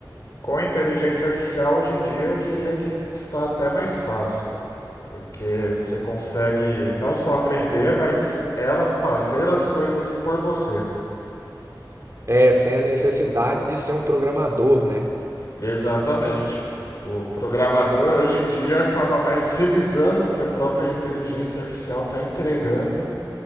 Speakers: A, on the left; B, on the right.
A: Com a inteligência artificial, hoje em dia, eu diria que está até mais fácil, porque você consegue não só aprender, mas ela fazer as coisas por você.
B: É, sem a necessidade de ser um programador, né?
A: Exatamente. O programador, hoje em dia, acaba mais revisando o que a própria inteligência artificial está entregando.